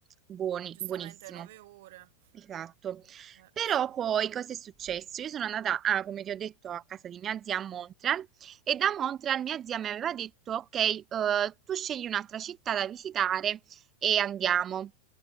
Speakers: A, on the right (about 25°); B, on the right (about 50°).
A: buoni-
B: giustamente,
A: buonissimo.
B: nove ore.
A: Esatto.
B: Eh,
A: Però
B: sì.
A: poi cosa è successo? Io sono andata, ah, come ti ho detto, a casa di mia zia a Montreal e da Montreal mia zia mi aveva detto, ok, eh, tu scegli un'altra città da visitare e andiamo.